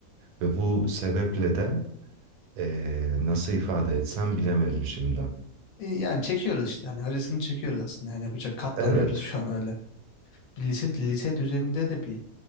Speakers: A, on the right (about 85°); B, on the left (about 70°).
A: ve bu sebeple de e, nasıl ifade etsem bilemedim şimdi.
B: e, yani çekiyoruz işte hani acısını çekiyoruz aslında yani yapacak katlanıyoruz
A: Evet.
B: şu an öyle. Bir Lise, lise düzeninde de bir